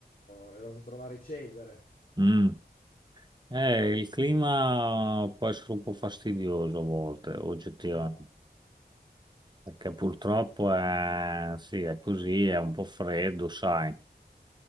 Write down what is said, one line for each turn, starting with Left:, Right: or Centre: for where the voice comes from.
Left: ero andato a trovare Cesare.
Right: Mm. Eh, il clima può essere un po' fastidioso a volte, oggettivamente,
Left: Eh.
Right: perché purtroppo è, sì, è così, è un po' freddo, sai,